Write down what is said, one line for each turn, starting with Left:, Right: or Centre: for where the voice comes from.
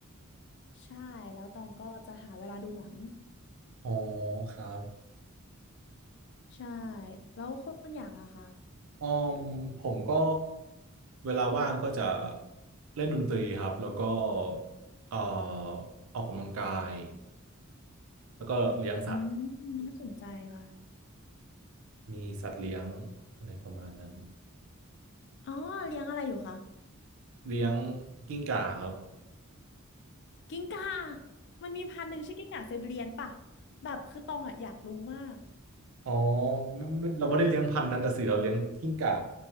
Left: ใช่แล้วตองก็จะหาเวลาดูหนัง
Right: อ๋อครับ
Left: ใช่แล้วคุณอย่างล่ะคะ
Right: อ๋อมผมก็เวลาว่างก็จะเล่นดนตรีครับแล้วก็เอ่อออกกำลังกายแล้วก็เลี้ยงสัตว์
Left: อืมน่าสนใจค่ะ
Right: มีสัตว์เลี้ยงอะไรประมาณนั้น
Left: อ๋อเลี้ยงอะไรอยู่คะ
Right: เลี้ยงกิ้งก่าครับ
Left: กิ้งก่ามันมีพันธุ์หนึ่งชื่อกิ้งก่าไซบีเรียนป่ะแบบคือตองอะอยากรู้มาก
Right: อ๋อไม่ไม่เราไม่ได้เลี้ยงพันธุ์นั้นนะสิเราเลี้ยงกิ้งก่า